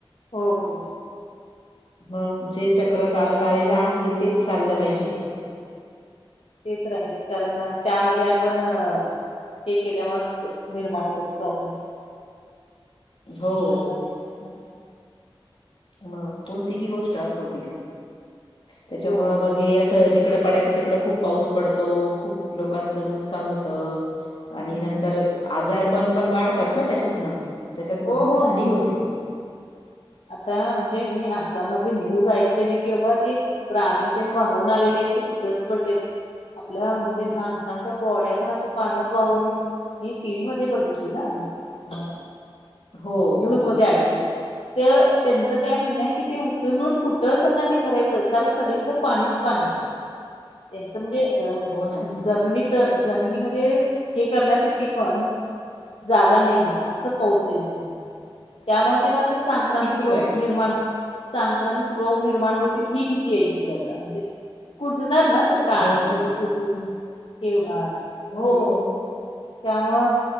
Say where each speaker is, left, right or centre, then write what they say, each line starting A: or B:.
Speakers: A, on the left; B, on the left.
A: हो हो
B: हा जे चक्र चालतंआलेलं आहे तेच चाललं पाहिजे.
A: तेच आहेच कारण त्यामध्ये आपण हे केल्यामुळेच निर्माण होतात प्रॉब्लेम्स
B: हो.
A: नमदी हम <unintelligible>
B: मग कोणतीही गोष्ट असती त्याच्यामुळं
A: हो हो
B: मग
A: हो
B: हे असं तिकडं पडायचं तिकडं खूप पाऊस पडतो खूप लोकांच नुकसान होतं. आणि
A: हम्म
B: नंतर आजार पण पण वाढतात ना त्याच्यातनं त्याच्यातनं
A: हो
B: खूप
A: हो
B: हानी होते.
A: आता म्हणजे मी आसाममधली न्यूज ऐकलेली की बाबा ती प्राणी त्यांण वाहून आलेले आहेत ते तिथंच पडलेत. आपल्या म्हणजे माणसांच्या बॉडया पण अशा पाण्यात वाहून येऊन मी टीव्ही मध्ये बघितले ना म्हणजे
B: हो
A: न्यूज
B: हो
A: मध्ये ऐकलं. तर त्यांचं काय म्हणणं आहे की ते उचलून कुठं त्यांना हे करायचं कारण सगळीकडे पाणीच पाणी त्यांचं म्हणजे अ
B: हो ना
A: जमिनीत जमिनीमध्ये हे करण्यासाठी पण जागा नाहीये असं पाऊस त्यामुळे ते असं सांग क्रमिक
B: किती
A: रोग
B: वाईट
A: निर्माण सांक्रमिक रोग निर्माण होतील ही भीती आहे तिकडे आता म्हणजे कुजणार ना प्राणी
B: हो
A: सगळे
B: ना
A: खुजून हे होणार म्हणजे
B: हो.
A: त्यामुळं